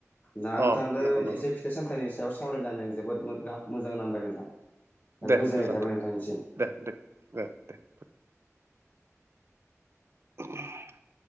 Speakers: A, on the left; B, on the right.
A: दा नोंथांजों
B: अ नंगौ नंगौ
A: एसे फिथाइ सामथाइनि सायाव सावरायनानै जोबोद मोजां मोजां नांबाय नोंथां।
B: दे
A: गोजोननाय
B: गोजोन्थों
A: थाबाय नोंथांनिसिम
B: दे दे दे दे <inaudible>